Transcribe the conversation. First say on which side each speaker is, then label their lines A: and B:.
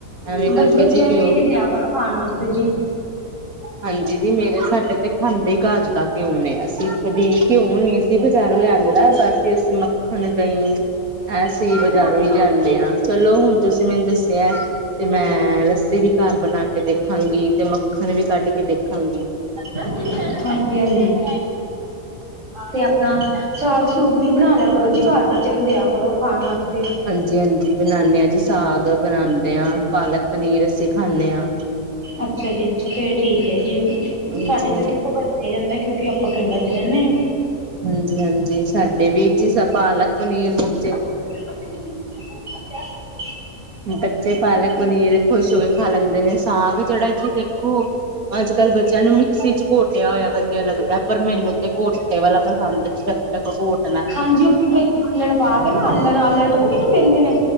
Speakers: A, on the right; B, on the right.
A: ਐਵੇਂ ਕਰਕੇ
B: ਬਸ ਬੱਚਿਆਂ
A: ਜੀ
B: ਨੂੰ
A: ਘਿਓ
B: ਇਹੀ ਦਿਆ ਕਰੋ ਖਾਣ ਵਾਸਤੇ ਜੀ।
A: ਹਾਂਜੀ ਦੀ ਮੇਰੇ ਸਾਡੇ ਤੇ ਖਾਂਦੇ ਹੀ ਘਾਰ ਦਾ ਘਿਓ ਨੇ ਅਸੀ ਕਦੇ ਘਿਓ ਨੀ ਅਸੀਂ ਬਜ਼ਾਰ ਲਿਆਉਂਦਾ। ਬਾਕੀ ਅਸੀਂ ਮੱਖਣ ਦਹੀ ਅਸੀਂ ਬਜ਼ਾਰੋਂ ਹੀ ਲਿਆਉਂਦੇ ਹਾਂ ਚਲੋ ਹੁਣ ਤੁਸੀਂ ਮੈਨੂੰ ਦੱਸਿਆ। ਤੇ ਮੈਂ ਲੱਸੀ ਵੀ ਘਰ ਬਣਾ ਕੇ ਦੇਖਾਂਗੀ ਤੇ ਮੱਖਣ ਵੀ ਕੱਢ ਕੇ ਦੇਖਾਂਗੀ।
B: ਹਾਂਜੀ, ਹਾਂਜੀ ਤੇ ਆਪਣਾ ਸਾਗ ਸੂਪ ਵੀ ਬਣਾ ਲਿਆ ਕਰੋ
A: ਹਾਂਜੀ
B: ਜੀ ਘਰ ਬੱਚਿਆਂ ਨੂੰ ਦਿਆ ਕਰੋ ਖਾਣ ਵਾਸਤੇ।
A: ਜੀ ਹਾਂਜੀ ਬਣਾਦੇ ਹਾਂ ਜੀ ਸਾਗ ਬਣਾਉਂਦੇ ਹਾਂ ਪਾਲਕ ਪਨੀਰ ਅਸੀਂ ਖਾਂਦੇ ਹਾਂ।
B: ਅੱਛਾ ਜੀ, ਅੱਛਾ ਫੇਰ ਠੀਕ ਹੈ ਜੀ
A: ਹਾਂਜੀ
B: ਸਾਡੇ ਤੇ ਦੇਖੋ ਬ ਨਹੀਂ ਲਿਆਂਦਾ ਕਿਉਂਕਿ ਆਪਾਂ ਪਿੰਡਾਂ ਚ ਰਹਿੰਦੇ।
A: ਹਾਂਜੀ, ਹਾਂਜੀ ਸਾਡੇ ਵੀ ਜੀ ਪਾਲਕ ਪਨੀਰ ਵਿੱਚ ਏ
B: <inaudible>
A: ਬੱਚੇ ਪਾਲਕ ਪਨੀਰ ਖੁਸ਼ ਹੋ ਕੇ ਖਾ ਲੈਂਦੇ ਨੇ। ਸਾਗ ਜਿਹੜਾ ਜੀ ਦੇਖੋ, ਅੱਜ ਕੱਲ੍ਹ ਬੱਚਿਆਂ ਨੂੰ ਮਿਕਸੀ ਚ ਘੋਟਿਆ ਹੋਇਆ ਵਧੀਆ ਲੱਗਦਾ। ਪਰ ਮੈਨੂੰ ਤੇ ਘੋਟਕੇ ਵਾਲਾ ਪਸੰਦ ਜਦ ਤੱਕ ਘੋਟ
B: ਹਾਂਜੀ, ਉਹ ਵਿੱਚ ਹਲਣ ਪਾ ਕੇ ਨਾ ਆਲਣ ਆਲਣ ਪਤਾ ਕਿੰਨੂੰ ਕਹਿੰਦੇ ਨੇ